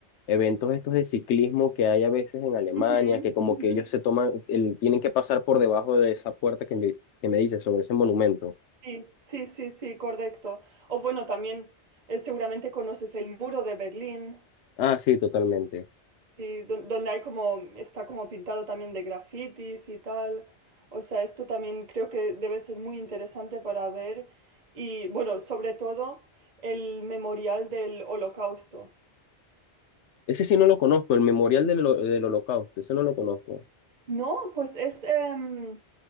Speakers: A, on the left (about 80°); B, on the right (about 40°).
A: eventos estos de ciclismo que hay a veces en Alemania,
B: Ujú,
A: que como
B: ujú.
A: que ellos se toman, el- tienen que pasar por debajo de esa puerta que me, que me dice sobre ese monumento.
B: Sí, sí, sí, sí, correcto. O bueno, también eh, seguramente conoces el muro de Berlín.
A: Ah, sí, totalmente.
B: Sí, don- donde hay como, está como pintado también de grafitis y tal. O sea, esto también creo que debe ser muy interesante para ver. Y bueno, sobre todo el memorial del Holocausto.
A: Ese sí no lo conozco, el Memorial del, Holo- del Holocausto, ese no lo conozco.
B: No, pues es, em,